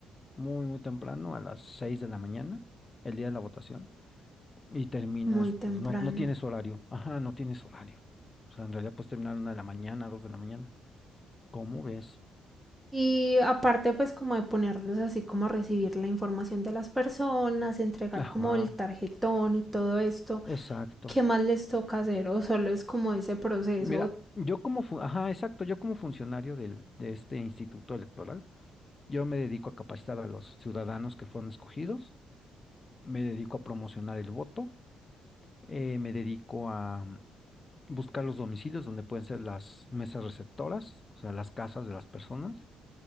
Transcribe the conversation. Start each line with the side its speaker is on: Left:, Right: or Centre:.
Left: muy, muy temprano, a las 6 de la mañana, el día de la votación, y terminas,
Centre: Muy temprano.
Left: pues no, no tienes horario, ajá, no tienes horario. O sea, en realidad puedes terminar una de la mañana, dos de la mañana. ¿Cómo ves?
Centre: Y aparte, pues como de ponerlos así como a recibir la información de las personas, entregar
Left: Ajá,
Centre: como el tarjetón y todo esto,
Left: exacto.
Centre: ¿qué más les toca hacer? O solo es como ese proceso,
Left: Mira, yo como, fu- ajá, exacto, yo como funcionario del, de este instituto electoral, yo me dedico a capacitar a los ciudadanos que fueron escogidos, me dedico a promocionar el voto Eh, me dedico a buscar los domicilios donde pueden ser las mesas receptoras, o sea, las casas de las personas.